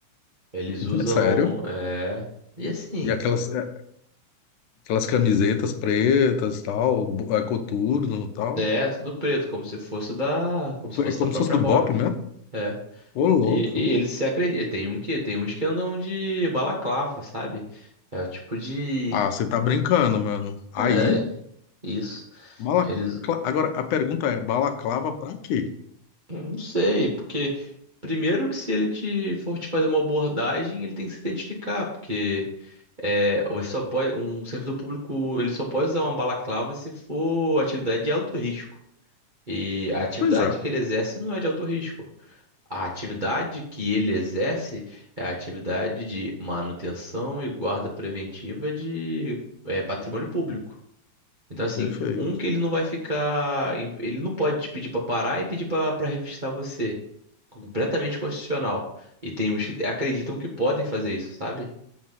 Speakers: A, on the right; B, on the left.
A: Eles
B: <laughs>
A: usam.
B: Sério?
A: é, E assim.
B: E aquelas, é, aquelas camisetas pretas, tal, bo- é, coturno, tal?
A: É, tudo preto, como se fosse da. Como se fosse
B: É como
A: da própria
B: se fosse do
A: BOP.
B: Bop mesmo?
A: É.
B: Ô, louco.
A: E, e eles se acreditam. Tem um que, tem uns que andam de balaclava, sabe? É o tipo de.
B: Ah, você tá brincando, mano. Aí,
A: É, isso.
B: balacla...
A: Eles.
B: Agora, a pergunta é, balaclava pra quê?
A: Não sei, porque. Primeiro que se ele te for te fazer uma abordagem, ele tem que se identificar, porque. É, você só pode, um servidor público, ele só pode usar uma balaclava se for atividade de alto risco. E a atividade
B: Pois é,
A: que ele exerce não é de alto risco. A atividade que ele exerce é a atividade de manutenção e guarda preventiva de, é, patrimônio público. Então, assim,
B: perfeito.
A: um que ele não vai ficar, em- ele não pode te pedir para parar e pedir para revistar você. Completamente constitucional. E tem uns que acreditam que podem fazer isso, sabe?